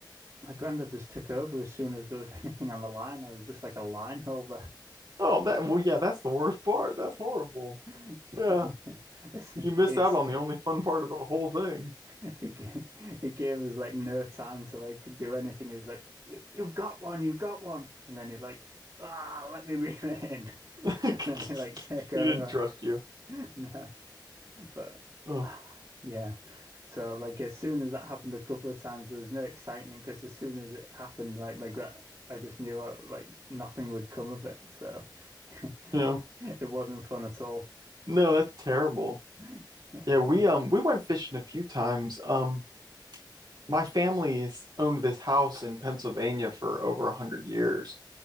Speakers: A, on the right; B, on the right.
A: my granddad just took over as soon as there was <laughs> anything on the line. I was just like a line holder.
B: Oh, that well, yeah, that's the worst part. That's horrible.
A: <laughs>
B: Yeah.
A: Yeah. It's
B: You missed
A: it's
B: out on the only fun part of the whole thing.
A: it, it gave us like no time to like do anything. He was like, you, "You've got one, you've got one," and then he'd like, "Ah, let me <laughs> reel it in,"
B: <laughs>
A: <laughs> and then he'd like take over.
B: He didn't trust you.
A: <laughs> No. But <sighs>
B: Oh,
A: ah, yeah, so like as soon as that happened a couple of times, there was no excitement because as soon as it happened, like my grand, I just knew uh, like nothing would come of it. So <laughs>
B: yeah.
A: it wasn't fun at all.
B: No, that's terrible.
A: <laughs> Yeah.
B: Yeah, we um we went fishing a few times. Um, my family's owned this house in Pennsylvania for over a hundred years,